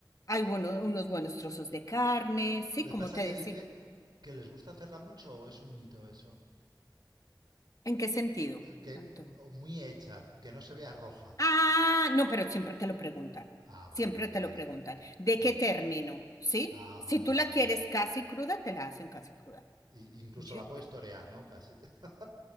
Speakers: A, on the left; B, on the right.
A: Hay bueno- unos buenos trozos de carne, ¿sí?
B: Lo
A: ¿Cómo
B: que pasa
A: te
B: es que
A: decir?
B: dicen que les gusta hacerla mucho o es un mito eso.
A: ¿En qué sentido,
B: Que
A: Antonio?
B: o muy hecha, que no se vea roja.
A: Ah, no, pero siempre te lo preguntan.
B: Ah, vale,
A: Siempre
B: vale,
A: te
B: vale.
A: lo preguntan. ¿De
B: Vale.
A: qué término? ¿Sí?
B: Ah,
A: Si
B: vale,
A: tú
B: vale,
A: la quieres
B: vale.
A: casi cruda, te la hacen casi cruda.
B: I- incluso
A: Yo-
B: la puedes torear, ¿no? Casi. <laughs>